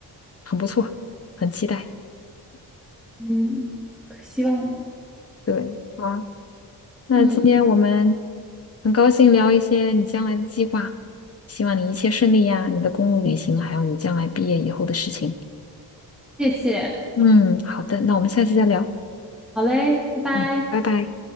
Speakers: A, on the left; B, in the centre.
A: 很不错，很期待。
B: 嗯，可希望吧。
A: 对，好啊。那今天我们
B: 嗯，
A: 很高兴聊一些你将来的计划，希望你一切顺利呀，你的公路旅行，还有你将来毕业以后的事情。
B: 谢谢，
A: 嗯，好的，那我们下次再聊。
B: 好嘞，拜拜。
A: 嗯，拜拜。